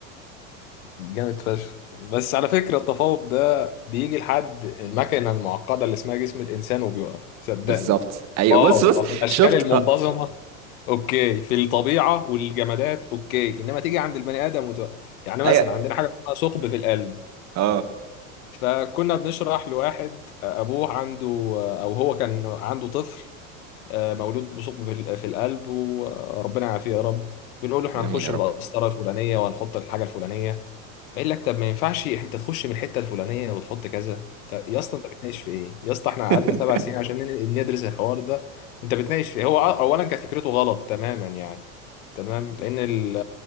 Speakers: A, on the left; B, on the right.
A: جامد فشخ بس على فكره التفوق ده بيجي لحد المكنه المعقده اللي اسمها جسم الانسان وبيوقف صدقني
B: بالظبط ايوه
A: اه
B: بص بص
A: اه في الاشكال
B: شفت
A: المنتظمه
B: اه
A: اوكي في الطبيعه والجمادات اوكي انما تيجي عند البني ادم وتقف يعني مثلا
B: ايوه
A: عندنا حاجه اسمها ثقب في القلب
B: اه
A: فكنا بنشرح لواحد ابوه عنده او هو كان عنده طفل آه، مولود بثقب في في القلب وربنا يعافيه يا رب بنقول له احنا
B: امين
A: هنخش
B: يا رب
A: بالقسطره الفلانيه وهنحط الحاجه الفلانيه بقول لك طب ما ينفعش انت تخش من الحته الفلانيه وتحط كذا طب يا اسطى انت بتناقش في ايه يا اسطى احنا قعدنا
B: <laughs>
A: سبع سنين عشان ن- ندرس الحوار ده انت بتناقش في ايه هو اولا كانت فكرته غلط تماما يعني تمام لان ال